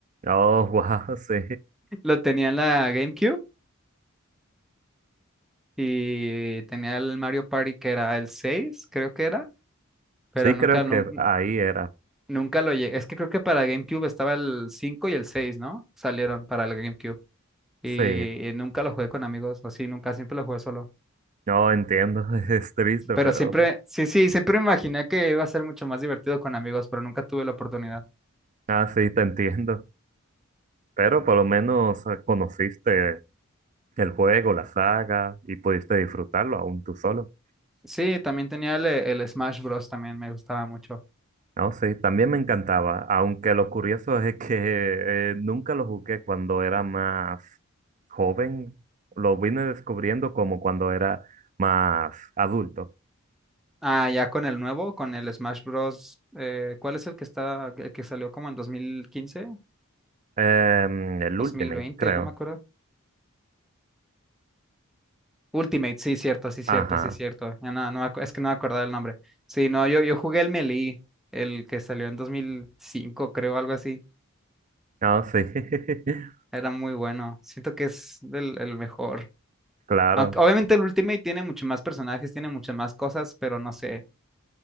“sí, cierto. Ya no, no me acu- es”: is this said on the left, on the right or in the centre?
Centre